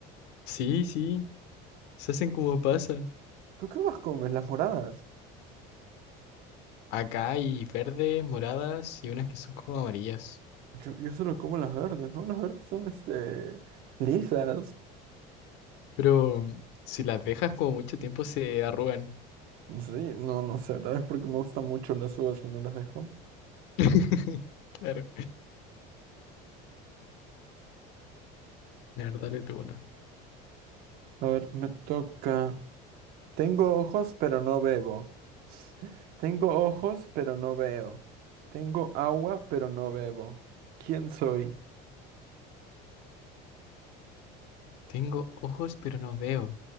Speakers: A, on the left (about 65°); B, on the right (about 50°).
A: Sí, sí. Se hacen como pasa.
B: ¿Tú qué uvas comes? Las moradas.
A: Acá hay verdes, moradas y unas que son como amarillas.
B: Yo, yo solo como las verdes, ¿no? Las verdes son, este, lisas.
A: Pero si las dejas como mucho tiempo se arrugan.
B: Sí, no, no sé, tal vez porque me gustan mucho las uvas y no las dejo.
A: <laughs> Claro. La verdad le tuvo una.
B: A ver, me toca. Tengo ojos, pero no bebo. <laughs> Tengo ojos, pero no veo. Tengo agua, pero no bebo. ¿Quién soy?
A: Tengo ojos, pero no veo.